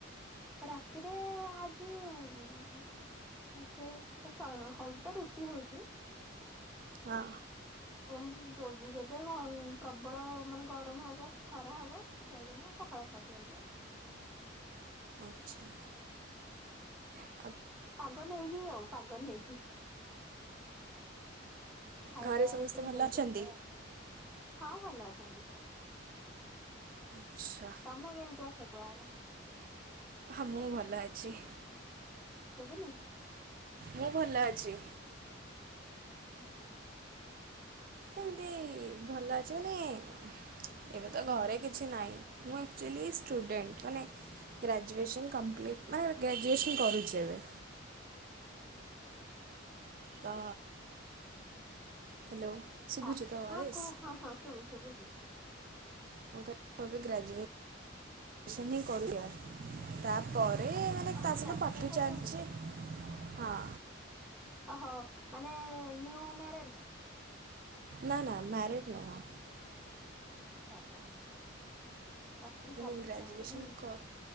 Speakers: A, in the centre; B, on the right.
A: ରାତିରେ ଆଜି ଉନ୍ ଉ ସେ ସ ହଉଛି ତ ରୁଟି ହଉଛି।
B: ହଁ।
A: ହୁଁ ଜୋ ଯେବେ ପ୍ରବଳ ମାନେ ଗରମ ହବ, ଖରା ହବ ସେଇଦିନ ପଖାଳ ଖାଇ ଦିଆଯାଏ।
B: ଆଚ୍ଛା, ଆଚ୍ଛା।
A: ପାଗ ନେଇକି ଆଉ ପାଗ ନେଇକି। ଖାଇବା
B: ଘରେ ସମସ୍ତେ
A: ରୋଟିନ
B: ଭଲ
A: ଚେଞ୍ଜ
B: ଅଛନ୍ତି?
A: ହେଇଯାଏ। ହଁ ଭଲ ଅଛନ୍ତି।
B: ଆଚ୍ଛା।
A: ତମେ କେମିତି ଅଛ କୁହ ଆଗ?
B: ହଁ ମୁଁ ଭଲ ଅଛି।
A: ଶୁବୁନି?
B: ମୁଁ ଭଲ ଅଛି।
A: ହଁ, ହଁ।
B: ଏମିତି ଭଲ ଅଛି <unintelligible> ଏବେ ତ ଘରେ କିଛି ନାହିଁ ମୁଁ ଆକଚୁଆଲି ଷ୍ଟୁଡେଣ୍ଟ ମାନେ ଗ୍ରାଜୁଏସନ୍ କମ୍ପ୍ଲିଟ୍ ମାନେ ଗ୍ରାଜୁଏସନ୍ କରୁଛି ଏବେ। ତ ହ୍ୟାଲୋ। ଶୁଭୁଛି
A: ଅ
B: ତ
A: ହଁ
B: ଭଏସ୍
A: କୁହ ହଁ ହଁ ଶୁଭୁଛି ଶୁଭୁଛି।
B: <unintelligible> ଗ୍ରାଜୁଏଟ <unintelligible> ତାପରେ ତା
A: ଓହୋ
B: ସହିତ
A: ଗ୍ରାଜୁଏସନ
B: ପାଠ
A: କରୁଛନ୍ତି?
B: ଚାଲିଛି ହଁ।
A: ଓହୋ ମାନେ ନିଉ ମ୍ୟାରେଡ?
B: ନା ନା ମ୍ୟାରେଡ଼ ନୁହଁ।
A: ଆଚ୍ଛା, ଆଚ୍ଛା। ପ୍ଲସ୍ ଥ୍ରୀ
B: ମାନେ
A: ଚାଲିଛି
B: ଗ୍ରାଜୁଏସନ୍
A: ତାହେଲେ ନାଇଁ?
B: କ